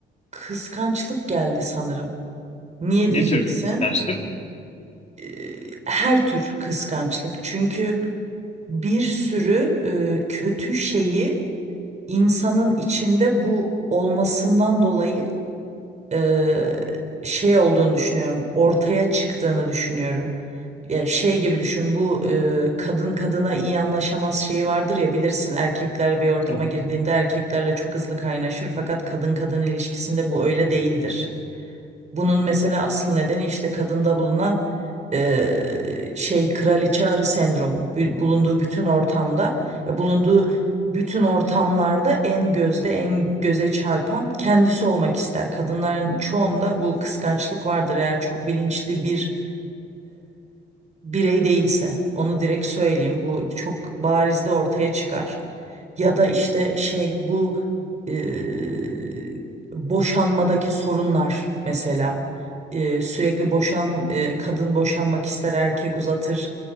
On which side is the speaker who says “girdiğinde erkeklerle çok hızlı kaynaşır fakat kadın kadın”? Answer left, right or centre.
Right